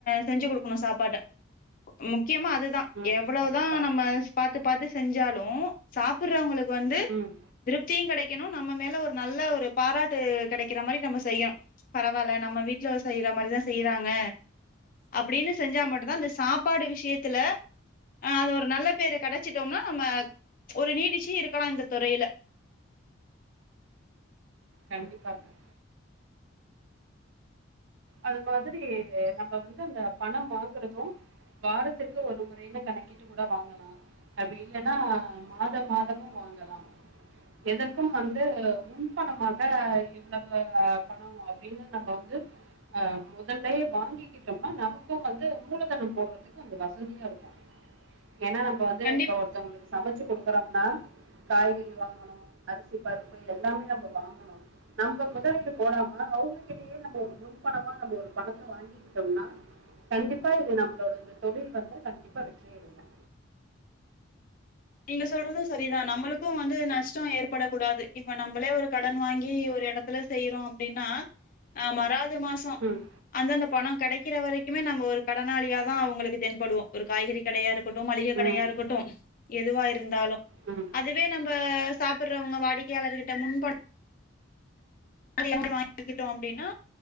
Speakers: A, on the left (about 40°); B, on the right (about 70°).
A: செஞ்சு குடுக்கணு சாப்பாடு முக்கியமா அதுதான்
B: ம்
A: எவ்வளவுதான்
B: கண்டிப்பாக
A: நம்ம பாத்து பாத்து செஞ்சாலு சாப்டுறவங்களுக்கு வந்து
B: ம்
A: திருப்தியூ கிடைக்கணு நம்ம மேல ஒரு நல்ல ஒரு பாராட்டு கிடைக்கிற மாரி நம்ம செய்யணு பரவாயில்ல நம்ம வீட்ல செய்ற மாதிரிதான் செய்றாங்க
B: ம்
A: அப்படின்னு செஞ்சா மட்டும்தான்
B: ம்
A: அந்த சாப் பாடு விஷயத்துல ஆஹ்ன் அது ஒரு நல்ல பேரு கிடைச்சிட்டோம்னா நம்ம ஒரு நீடிச்சு இருக்கலா இந்த துறையில
B: கண்டிப்பாங்க அது மாதிரி நம்ம வந்து அந்த பணம் வாங்குறது வாரத்திற்கு ஒரு முறைனு கணக்கிட்டு கூட வாங்கலா அப்டி இல்லன்னா மாத மாதமும் வாங்கலா எதற்கும் வந்து முன்பணமாக இவ்வளவு பணம் அப்டின்னு நம்ம வந்து அஹ் முதல்லேயே வாங்கிக்கிட்டம்னா நமக்கு வந்து மூலதனம் போடுறதுக்கு வந்து வசதியா இருக்கு ஏன்னா நம்ம வந்து
A: கண்டிப்
B: இப்ப ஒருத்தவங்களுக்கு சமைச்சு கொடுக்குறோம்னா காய்கறி வாங்கணு அரிசி பருப்பு எல்லாமே நம்ம வாங்கணு நம்ம முதலீடு போடாம அவுங்ககிட்டயே நம்ம ஒரு முன் பணமா நம்ம ஒரு பணத்தை வாங்கிக்கிட்டோம்னா கண்டிப்பா இது நம்மளோட இந்த தொழில் வந்து கண்டிப்பா வெற்றி அடையலாம்
A: நீங்க சொல்றது சரிதா நம்பளுக்கு வந்து நஷ்டோ ஏற்பட கூடாது இப்ப நம்பளே ஒரு கடன் வாங்கி ஒரு எடத்த த்துல செய்றோ அப்டின்னா அ மராது மாசோ
B: ம்
A: அந்த அந்த பணோ கெடைக்கிற வரைக்குமே நம்ம ஒரு கடனாளியா தா அவுங்களுக்கு தென்படுவோ ஒரு காய்கறி கடயா இருக் கோட்டு மளிக கடையா
B: ம்
A: இருக்கோட்டு எதுவா இருந்தாலு
B: ம்
A: அதுவே நம்ப சாப்டுறவங்க வாடிக்கையாளர்கிட்ட முன்பண <inaudible> வாங்கிக்கிட்டோ அப்டின்னா